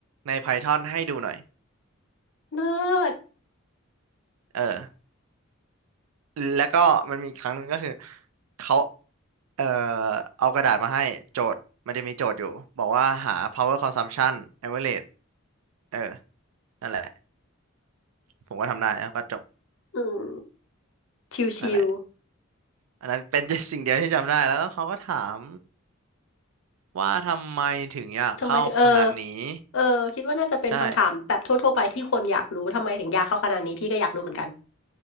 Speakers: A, on the right; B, on the left.
A: ใน Python ให้ดูหน่อย
B: เลิศ
A: เออ แล้วก็มันมีอีกครั้งหนึงก็คือเขา เอ่อเอากระดาษมาให้โจทย์มันจะมีโจทย์อยู่บอกว่าหา power consumption average เออนั่นแหละผมก็ทำได้แล้วก็จบ
B: อืมชิว
A: นั่นแหละอันนั้นเป็น <laughs> สิ่งเดียวที่จำได้แล้วก็เขาก็ถามว่าทำไมถึงอยากเข้าคณะนี้
B: ๆทำไมถึงเออเออคิดว่าน่าจะเป็นคำถามแบบทั่วๆไปที่คนอยากรู้ทำไมถึงยากเข้าขนาดนี้พี่ก็อยากรู้เหมือนกัน
A: ใช่